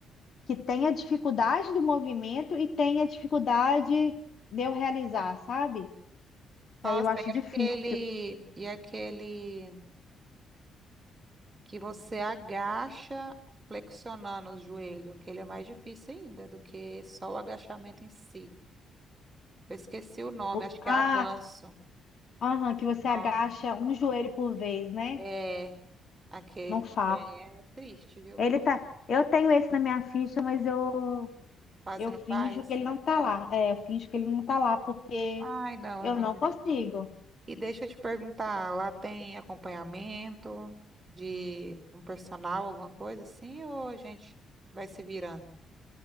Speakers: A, on the left; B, on the right.
A: que tem a dificuldade do movimento e tem a dificuldade de eu realizar, sabe? Que
B: Nossa,
A: aí eu acho
B: e aquele,
A: difícil.
B: e aquele que você agacha flexionando o joelho, aquele é mais difícil ainda do que só o agachamento em si. Eu esqueci o nome,
A: O-
B: acho que
A: Ah,
B: é Avanço.
A: aham, que você
B: o Nome.
A: agacha um joelho por vez, né?
B: É, aquele
A: Não
B: também
A: faço.
B: é triste, viu?
A: Ele tá. Eu tenho esse na minha ficha, mas eu,
B: Quase
A: eu
B: não
A: finjo
B: faz.
A: que ele não tá lá. É, eu finjo que ele não tá lá porque
B: Ai, não,
A: eu
B: amiga.
A: não consigo.
B: E deixa eu te perguntar, lá tem acompanhamento de um personal, alguma coisa assim, ou a gente vai se virando?